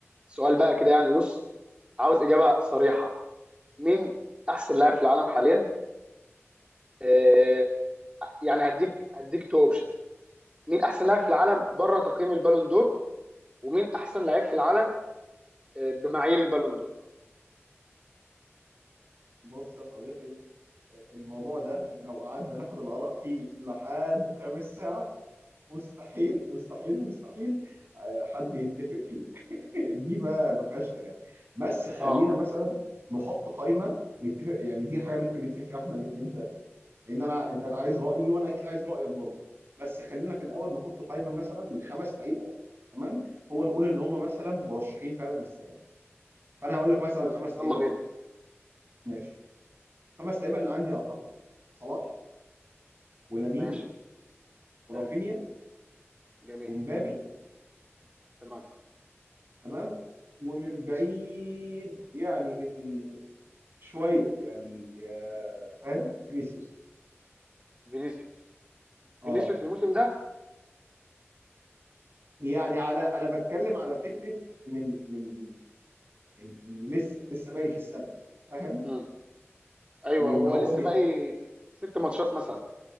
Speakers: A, on the right; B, on the right.
A: سؤال بقى كده يعني بص عاوز اجابه صريحه مين احسن لاعب في العالم حاليا آه يعني هديك هديك تو اوبشنز مين احسن لاعب في العالم بره تقييم البالون دور ومين احسن لاعب في العالم آه بمعايير البالون دور
B: بص يا صديقي الموضوع ده لو قعدنا ناخد الآراء فيه لحد قيام الساعة مستحيل مستحيل مستحيل آه، حد يتفق فيه <laughs> دي ما ما فيهاش كلام بس خلينا
A: اه
B: مثلا نحط قائمة نتفق يعني دي الحاجة اللي ممكن نتفق فيها احنا الاثنين تقريبا لأن أنا أنت عايز رأيي وأنا أكيد عايز رأيك برضه بس خلينا في الأول نحط قائمة مثلا لخمس لعيبة تمام هو نقول إن هم مثلا مرشحين فعلا السنة دي فأنا هقول لك مثلا
A: طيب
B: الخمس
A: يلا
B: لعيبة بتوع
A: بينا
B: ماشي خمس لعيبه اللي عندي اعتقد صلاح ولامين
A: ماشي
B: ورافينيا
A: حلو جميل
B: ومبابي
A: تمام
B: تمام ومن بعيد يعني من شويه يعني آه، فاهم فينيسيوس
A: فينيسيوس
B: اه
A: فينيسيوس الموسم ده
B: يعني على انا بتكلم على فكره من من ان إن لسه لسه باقي في السبع فاهم
A: امم ايوه
B: وان
A: هو
B: هو
A: لسه
B: بي...
A: باقي ست ماتشات مثلا